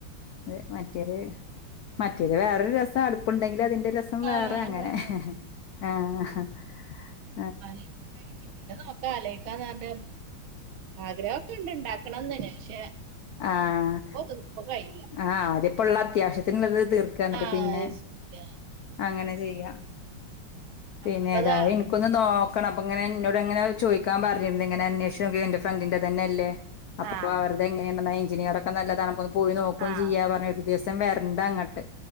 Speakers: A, on the left; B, on the right.
A: ത് മറ്റേ മറ്റേത് വേറൊരു രസം അടുപ്പുണ്ടെങ്കിൽ അതിന്റെ രസ വേറെ
B: ആഹ്
A: അങ്ങനെ
B: അതാണ് അതാണ്
A: അഹ് അഹ്
B: അത ഇപ്പ ഉണ്ടാക്കി പിന്നീട് നോക്കാ അല്ലേ കാന്ന്ണ്ട് ആഗ്രഹൊക്കെണ്ട് ഇണ്ടാക്കണംന്ന് തന്നെ പക്ഷെ
A: അഹ്
B: ഇപ്പൊ ഇത് ഇപ്പൊ കഴിയില്ല
A: അഹ് അതിപ്പോ ഉള്ള അത്യാവശ്യത്തിനുള്ളത് തീർക് ക ന്നിട്ട്
B: ആഹ്
A: പിന്നെ
B: അത് ശരിയാ
A: അങ്ങനെ ചെയ്യാ
B: നമ്മളിപ്പതാ
A: പിന്നെതായ ക്ക്‌ ഒന്ന് നോക്കണ അപ്പൊ ഇങ്ങനെ ഇന്നോട് ഇങ്ങനെ ചോദിക്കാ പറഞ്ഞിരുന്നു ഇങ്ങനെ അന്വേഷി എന്റെ ഫ്രണ്ടിന്റെ തന്നെ അല്ലേ അപ്പോപോ
B: ആഹ്
A: അവരുടെ എങ്ങനെയണ്ട എചിനീയറൊക്കെ നല്ലതാണ പോയി നോക്കും
B: ആഹ്
A: ചെയ്യാ പറഞ്ഞു ഒരു ദിവസം വരണ്ട അങ്ങോട്ട്